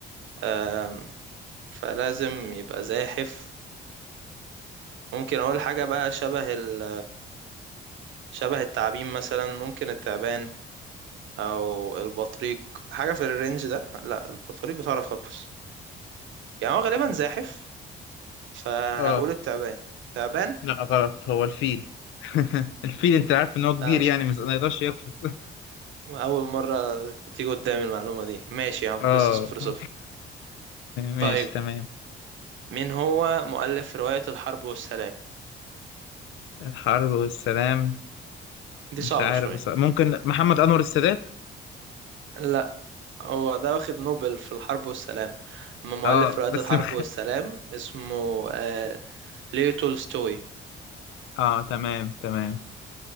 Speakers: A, on the right; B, on the left.
A: آم، فلازم يبقى زاحف ممكن اقول حاجة بقى شبه ال... شبه التعابين مثلا ممكن التعبان او البطريق حاجه في الرينج ده لا البطريق بتعرف تقفز يعني هو غالبا زاحف فهقول
B: اه
A: التعبان تعبان
B: لا غلط هو الفيل <laughs> الفيل انت عارف ان هو كبير
A: لا، أقصد.
B: يعني مش ما يقدرش يقفز
A: اول مره تيجي قدامي المعلومه دي ماشي يا عم
B: <laughs>
A: لسه صفر صفر
B: اه ماشي
A: طيب
B: تمام
A: مين هو مؤلف روايه الحرب والسلام
B: الحرب والسلام
A: دي
B: مش
A: صعبه
B: عارف
A: شويه
B: بس ممكن محمد أنور السادات
A: لا هو ده واخد نوبل في الحرب والسلام اما مؤلف
B: اه
A: روايه
B: بس
A: الحرب
B: <laughs>
A: والسلام اسمه آه ليو تولستوي
B: اه تمام تمام